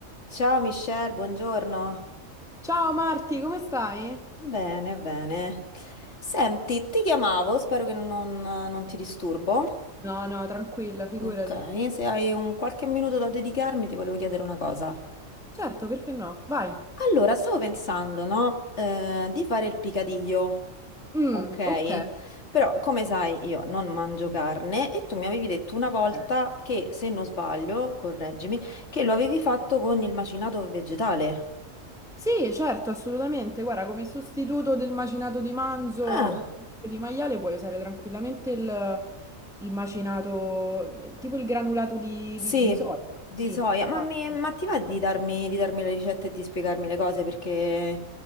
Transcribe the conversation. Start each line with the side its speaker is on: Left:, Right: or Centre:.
Left: Ciao Michelle, buongiorno.
Centre: Ciao Marti, come stai?
Left: Bene, bene. Senti, ti chiamavo, spero che non, non ti disturbo.
Centre: No, no, tranquilla, figurati.
Left: Ok, se hai un qualche minuto da dedicarmi, ti volevo chiedere una cosa.
Centre: Certo, perché no? Vai.
Left: Allora, stavo pensando, no, eh, di fare il picadillo,
Centre: Mm,
Left: ok?
Centre: ok.
Left: Però, come sai, io non mangio carne e tu mi avevi detto una volta
Centre: ok.
Left: che, se non sbaglio, correggimi, che lo avevi fatto con il macinato vegetale.
Centre: Sì, certo, assolutamente. Guarda, come sostituto del macinato di manzo
Left: Ah.
Centre: o comunque di maiale puoi usare tranquillamente il, il macinato, tipo il granulato di,
Left: Sì,
Centre: di, di soia.
Left: di
Centre: Sì,
Left: soia,
Centre: esatto.
Left: ma, mi- ma ti va di darmi, di darmi le ricette e di spiegarmi le cose perché